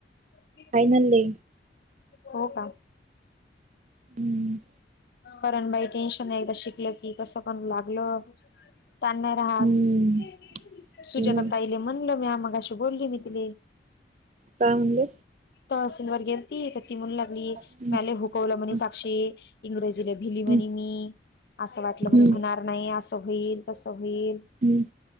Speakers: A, on the left; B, on the right.
A: प.
B: फायनलली.
A: हो का
B: हम्म
A: कारण बाई टेन्शन आहे एकदा शिकलं की कसं पण लागलं. त राहात
B: हम्म
A: सुजात
B: हो ना
A: ताईले म्हणले मी मग बोलली मी तिला
B: काय म्हणले
A: लागला म्हणून ती म्हणाली. ली
B: हम्म
A: म हुकवला मनी
B: हम्म
A: साक्षी इंग्रेजीले भिली मनी
B: हम्म
A: मी. असं वाटलं म्हणजे
B: हम्म
A: होणार नाही असं होईल तसं होईल.
B: हम्म